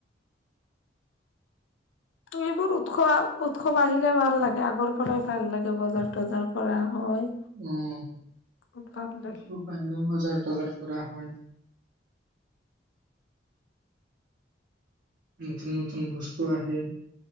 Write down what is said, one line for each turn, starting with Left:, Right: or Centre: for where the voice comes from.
Left: এইবোৰ উৎস আহ উৎসৱ আহিলে ভাল লাগে আগৰ পৰাই ভাল লাগে বজাৰ থজাৰ কৰা হয়
Right: উম
Left: বহুত ভাল
Right: <unintelligible>
Left: লাগে
Right: বজাৰ জগাৰ কৰা হয় নতুন নতুন বস্তু আহে